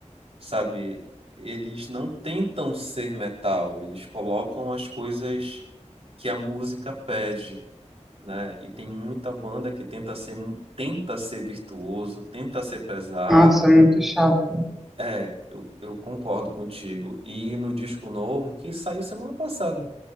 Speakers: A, on the right; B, in the centre.
A: sabe, eles não tentam ser metal, eles colocam as coisas que a música pede, né? E tem muita banda que tenta ser, tenta ser virtuoso, tenta ser pesado,
B: Nossa, é muito chato.
A: É, eu, eu concordo contigo. E no disco novo, que saiu semana passada,